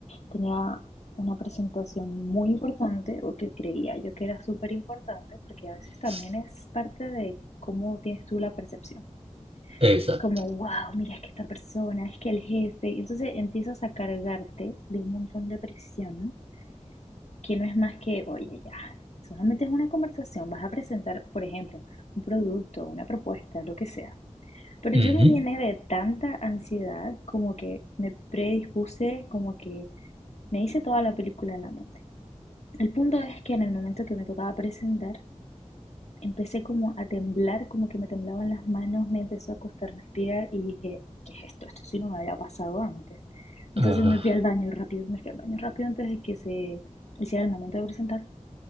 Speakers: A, on the left (about 65°); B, on the right (about 55°).
A: tenía una presentación muy importante, o que creía yo que era súper importante, porque a veces también
B: s-
A: es parte de cómo tienes tú la percepción.
B: esa.
A: Es como, wow, mira, es que esta persona, es que el jefe. Y entonces empiezas a cargarte de un montón de presión, que no es más que, oye, ya, solamente es una conversación, vas a presentar, por ejemplo, un producto, una propuesta, lo que sea. Pero
B: Ujú.
A: yo me llené de tanta ansiedad como que me predispuse como que me hice toda la película en la mente. El punto es que en el momento que me tocaba presentar, empecé como a temblar, como que me temblaban las manos, me empezó a costar respirar y dije, ¿qué es esto? Esto sí no me había pasado antes.
B: Ah,
A: Entonces me fui al baño rápido, me fui al baño rápido antes de que se hiciera el momento de presentar.